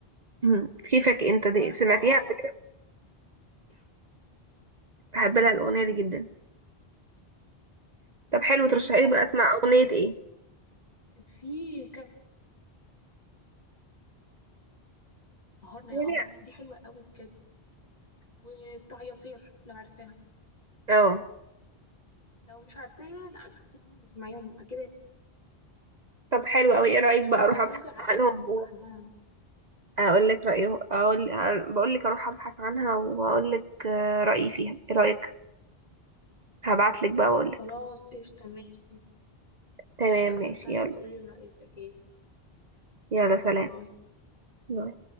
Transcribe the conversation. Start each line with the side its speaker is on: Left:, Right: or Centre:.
Right: مم. كيفك انت دي
Left: تحفه
Right: سمعتيها
Left: اه
Right: قبل كده بحب لها الأغنية دي جدا طب حلو
Left: وفي
Right: ترشحي
Left: بتاع
Right: لي بقى اسمع أغنية ايه
Left: في كان سهرنا
Right: يا
Left: يا قمر
Right: ريت.
Left: دي حلوه قوي بجد وبتاع يا طير لو عارفاها
Right: اه
Left: لو مش عارفاها لا بحس ان انا مش معاهم اكيد
Right: طب حلو قوي ايه رأيك
Left: آه،
Right: بقى
Left: فيروز
Right: اروح ابحث
Left: عالم
Right: عنهم
Left: لوحدها
Right: واقول لك رأيي اقول بقول لك اروح ابحث عنها واقول لك آه، رأيي فيها ايه رأيك هبعت لك بقى واقول لك
Left: خلاص قشطة ماشي
Right: تمام
Left: ماشي
Right: ماشي
Left: هستنى
Right: يلا
Left: تقولي رأيك أكيد
Right: يلا
Left: ماشي
Right: سلام
Left: باي
Right: باي.